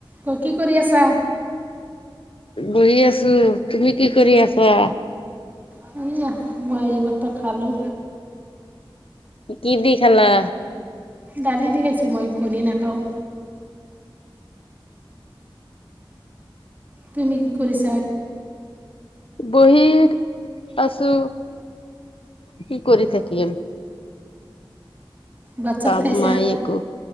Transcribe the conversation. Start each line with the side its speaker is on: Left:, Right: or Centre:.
Right: ও, কি কৰি আছা
Left: বহি আছো তুমি কি কৰি আছা
Right: সয়া মই এই মাত্ৰ খালো
Left: কি দি খালা
Right: দালি দি খাইছো মই কৰি নাখাওঁ তুমি কি কৰিছা
Left: বহি আছো কি কৰি থাকিম
Right: ভাত চাত
Left: কাম
Right: খাইছা?
Left: মাই একো